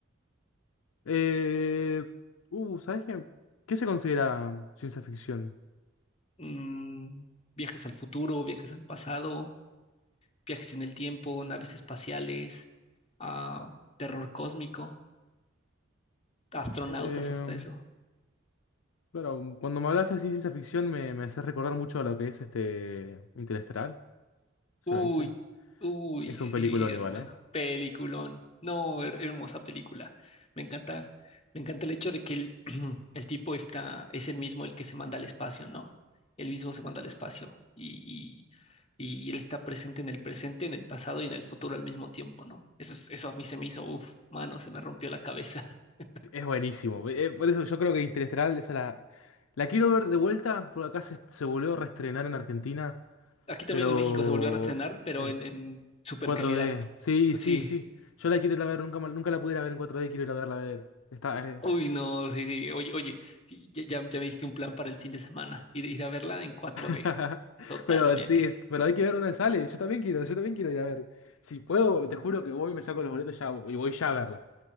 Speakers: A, on the left; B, on the left.
A: Eh, uh, ¿sabes qué? ¿Qué se considera ciencia ficción?
B: Mm, viajes al futuro, viajes al pasado, viajes en el tiempo, naves espaciales, ah, terror cósmico, astronautas,
A: Eh,
B: hasta eso.
A: claro, cuando me hablas así de ciencia ficción me, me haces recordar mucho a lo que es este Interestelar. ¿Se
B: Uy,
A: la viste?
B: uy,
A: Que es
B: sí,
A: un peliculón
B: hermano.
A: igual, ¿eh?
B: Peliculón. No, her- hermosa película. Me encanta, me encanta el hecho de que el, <clears throat> el tipo está, es el mismo el que se manda al espacio, ¿no? El mismo se manda al espacio y, y, y él está presente en el presente, en el pasado y en el futuro al mismo tiempo, ¿no? Eso, es- eso a mí se me hizo, uff, mano, se me rompió la cabeza. <laughs>
A: Es buenísimo. Eh, eh, por eso yo creo que Interestelar, esa la, la quiero ver de vuelta, porque acá se, se volvió a reestrenar en Argentina,
B: Aquí también
A: pero
B: en México se volvió a reestrenar, pero
A: en s-
B: en, en super
A: 4D.
B: calidad.
A: Sí, sí,
B: Sí,
A: sí. Yo la quiero ir a ver, nunca, mal- nunca la pudiera ver en 4D, quiero ir a verla a ver. Esta es.
B: Uy, no, sí, sí. Oye, oye, sí, ya, ya- ya me diste un plan para el fin de semana. Ir, ir a verla en 4D.
A: <laughs>
B: Totalmente.
A: Pero sí, es- pero hay que ver dónde sale. Yo también quiero, yo también quiero ir a ver. Si puedo, te juro que voy y me saco los boletos ya, y voy ya a verla.